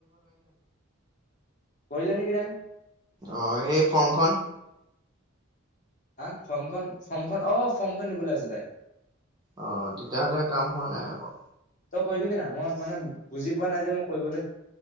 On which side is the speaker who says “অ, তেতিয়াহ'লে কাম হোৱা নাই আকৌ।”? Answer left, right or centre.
Right